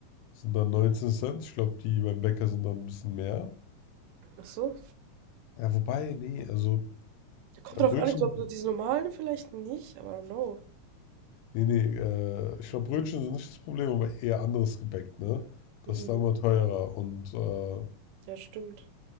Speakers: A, on the left; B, on the right.
A: sind dann 19 Cent. Ich glaube, die beim Bäcker sind dann ein bisschen mehr.
B: Ach so.
A: Ja, wobei, nee, also
B: Ja, kommt
A: äh,
B: drauf
A: Brötchen,
B: an, ich glaube, diese normalen vielleicht nicht, aber I don't know.
A: nee, nee, äh, ich glaube, Brötchen sind nicht das Problem, aber eher anderes Gebäck, ne? Das
B: Mhm.
A: ist dann immer teurer und äh,
B: Ja, stimmt.